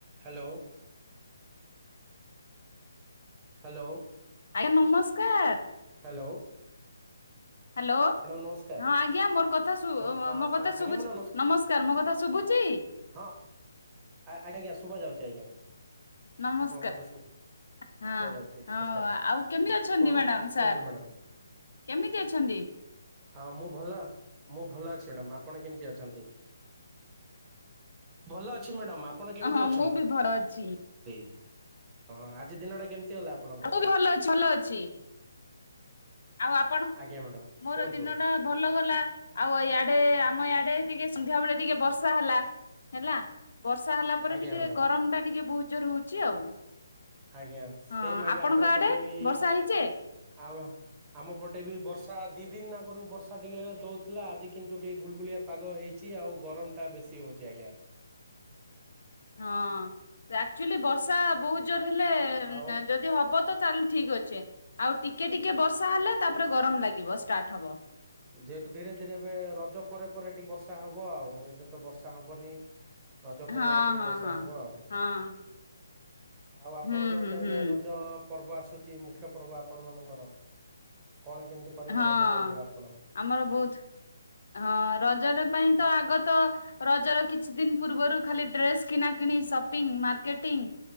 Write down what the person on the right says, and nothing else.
Hello. Hello.
Hello.
ନମସ୍କାର।
ହଁ
ଆଜ୍ଞା
ମ୍ୟାଡ଼ାମ
ହଁ ଆଜ୍ଞା ଶୁବା ଯାଉଚି ଆଜ୍ଞା!
ଆପଣଙ୍କ କଥା ଶୁଭାଯାଉଚି
ନମସ୍କାରେ
କୁହନ୍ତୁ
ମ୍ୟାଡ଼ମ୍।
ଆ ମୁଁ ଭଲ ମୁଁ ଭଲ ଅଛି ମ୍ୟାଡ଼ାମ ଆପଣ କେମିତି ଅଛନ୍ତି? ଭଲ ଅଛି ମ୍ୟାଡ଼ମ୍ ଆପଣ କେମିତି
ଅଛନ୍ତ?
ହେଇ ହଁ ଆଜି ଦିନଟା କେମିତି ଗଲା? ଆପଣଙ୍କର?
ଆଜ୍ଞା ମ୍ୟାଡ଼ାମ
କୁହନ୍ତୁ
ଆଜ୍ଞା
ମ୍ୟାଡ଼ାମ
ଆଜ୍ଞା ସେମ
ଆଜ୍ଞା
ଆମ
ପଟେ ବି
ଆମ ଆମ ପଟେ ବି ବର୍ଷା ଦି ଦିନି ଆଗରୁ ବର୍ଷା ଟିକେ ଦଉଥିଲା ଆଜି କିନ୍ତୁ ଟିକେ ଗୁଳଗୁଳିଆ ପାଗ ହେଇଛି ଆଉ ଗରମଟା ବେଶୀ ହଉଛି ଆଜ୍ଞା।
ଆଉ
ଯେହେତୁ ଧୀରେ ଧୀରେ ଏବେ ରଜ ପରେ ପରେ ଟିକେ ବର୍ଷା ହବ ଆଉ ଏବେ ତ ବର୍ଷା ହବନି। ରଜ ପରେ
ଯାହା ଟିକେ
ବର୍ଷା
ହବ ଆଉ।
ଆଉ ଆପଣଙ୍କର
ତ ଏବେ
ରଜ ପର୍ବ ଆସୁଚି। ମୁଖ୍ୟ ପର୍ବ ଆପଣମାନଙ୍କର କଣ କେମିତି କରିବେ
ରଜ ପର୍ବରେ ଆପଣ?